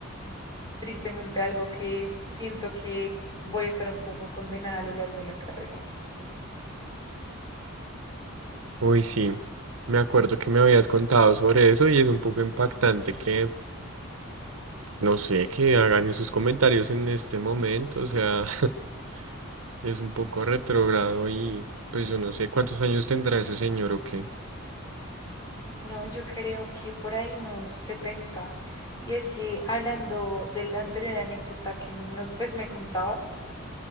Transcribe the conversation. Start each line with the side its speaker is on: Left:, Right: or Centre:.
Left: tristemente algo que siento que voy a estar un poco condenada a lo largo de la carrera.
Right: Uy, sí, me acuerdo que me habías contado sobre eso y es un poco impactante que, no sé, que hagan esos comentarios en este momento, o sea, <laughs> es un poco retrógrado y pues yo no sé cuántos años tendrá ese señor o qué.
Left: No, yo creo que por ahí unos setenta Y es que hablando de la anterior anécdota que me- nos, pues, me contabas,